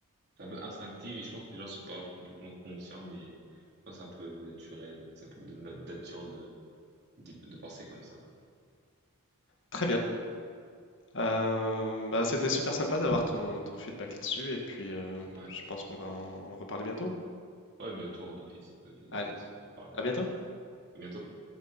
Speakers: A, on the right; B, on the left.
A: c'est un peu instinctif et je pense que les gens sont pas complètement conscients, mais je pense que c'est un peu naturel, c'est un peu de notre nature de, de de penser comme ça.
B: Très bien. Euh, ben, c'était super sympa d'avoir ton, ton feedback là-dessus et puis euh,
A: Ouais,
B: je pense qu'on va en en reparler bientôt.
A: ouais, bientôt hein, d'office, d'office,
B: Allez,
A: d'office. On en parle.
B: à bientôt.
A: À bientôt.